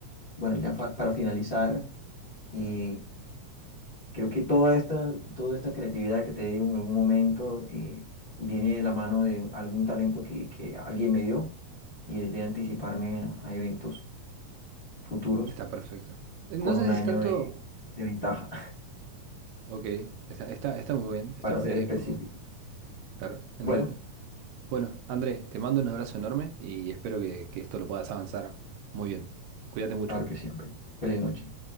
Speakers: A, on the left (about 60°); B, on the right (about 80°).
A: bueno, ya fa- para finalizar, eh, creo que toda esta, toda esta creatividad que te digo en algún momento eh, viene de la mano de algún talento que, que alguien me dio y es de anticiparme a, a eventos futuros
B: está perfecto. Eh,
A: con
B: No sé
A: un
B: si
A: año
B: es tanto...
A: de, de ventaja,
B: Ok, está, está, está muy
A: <laughs>
B: bien, está,
A: para ser
B: es
A: específico.
B: muy... Claro, entiendo.
A: Bueno,
B: Bueno, André, te mando un abrazo enorme y espero que, que esto lo puedas avanzar muy bien. Cuídate mucho.
A: claro que sí, hombre. Feliz noche.